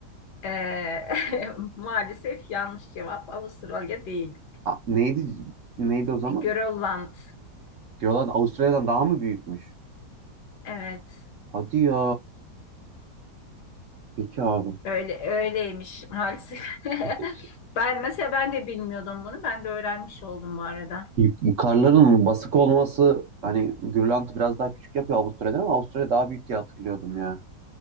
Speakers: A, on the left; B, on the right.
A: E, <laughs> maalesef yanlış cevap. Avustralya değil.
B: A- neydi neydi o zaman?
A: E, Grönland.
B: Diyorlar Avustralya'dan daha mı büyükmüş?
A: Evet.
B: Hadi ya. Peki abi.
A: Öyle öyleymiş maalesef. <laughs>
B: Türkiye-
A: Ben mesela ben de bilmiyordum bunu. Ben de öğrenmiş oldum bu arada.
B: Yük- Karların basık olması hani Grönland biraz daha küçük yapıyor Avustralya'dan ama Avustralya daha büyük diye hatırlıyordum ya.